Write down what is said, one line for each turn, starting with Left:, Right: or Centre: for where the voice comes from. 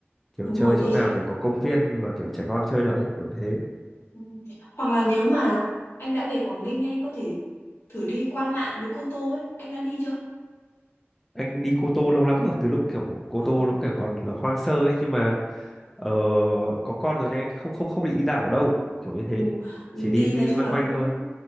Centre: kiểu
Left: đúng
Centre: chơi
Left: rồi đi
Centre: chỗ nào kiểu có công viên mà kiểu trẻ con chơi được ấy kiểu thế
Left: Ừ. Hoặc là nếu mà anh đã về Quảng Ninh anh có thể thử đi Quan Lạn với Cô Tô ấy, anh đã đi chưa?
Centre: anh đi Cô Tô lâu lắm rồi từ lúc kiểu Cô
Left: Ờ.
Centre: Tô nó kiểu còn là hoang sơ ấy nhưng mà ờ, có con rồi đấy không không không định đi đảo đâu kiểu như thế
Left: Ừ. Ừ,
Centre: chỉ đi,
Left: Đi
Centre: li-
Left: nói chung
Centre: loanh
Left: là
Centre: quanh
Left: cũng
Centre: thôi